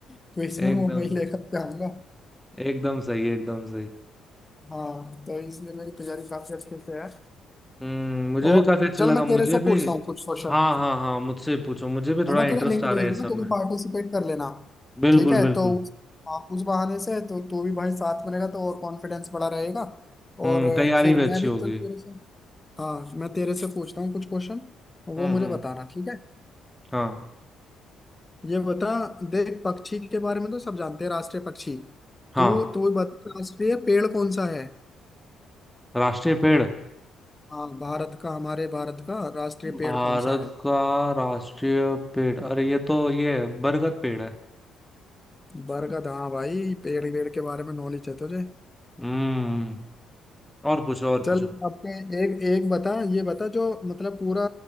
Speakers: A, on the left; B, in the centre.
A: <laughs> तो इसमें
B: एकदम
A: वो मैं ही लेकर के आऊंगा
B: एकदम सही एकदम सही
A: हाँ तो इसलिए मेरी तैयारी काफी अच्छे से है
B: हम्म मुझे
A: और
B: भी काफी अच्छा
A: चल
B: लगा
A: मैं
B: मुझे
A: तेरे से
B: भी
A: पूछता हूँ कुछ क्वेश्चन
B: हाँ हाँ हाँ मुझसे पूछो मुझे भी थोड़ा
A: है ना
B: इंटरेस्ट
A: तुझे लिंक
B: आ रहा
A: भेज
B: है
A: दूंगा
B: इस सब
A: तू
B: में
A: भी पार्टिसिपेट कर लेना
B: बिल्कुल
A: ठीक है
B: बिल्कुल
A: तो उस हाँ, उस बहाने से तो तू भी भाई साथ में रहेगा तो और कॉन्फिडेंस बढ़ा रहेगा
B: हम्म
A: और अ,
B: तैयारी
A: फिर
B: भी अच्छी
A: मैं भी
B: होगी
A: चल तेरे से हाँ मैं तेरे से पूछता हूँ कुछ क्वेश्चन वो
B: हम्म
A: मुझे
B: हम्म
A: बताना ठीक है
B: हाँ
A: ये बता देख पक्षी के बारे में तो सब जानते हैं राष्ट्रीय पक्षी
B: हाँ
A: तू तू बता राष्ट्रीय पेड़ कौन सा है
B: राष्ट्रीय पेड़
A: हाँ भारत का हमारे भारत का राष्ट्रीय पेड़
B: भारत
A: कौन सा है
B: का राष्ट्रीय पेड़ अरे ये तो ये बरगद पेड़ है
A: बरगद हाँ भाई पेड़ पेड़ के बारे में नॉलेज है तुझे
B: हम्म और पूछो और पूछो
A: चल अपने एक एक बता ये बता जो मतलब पूरा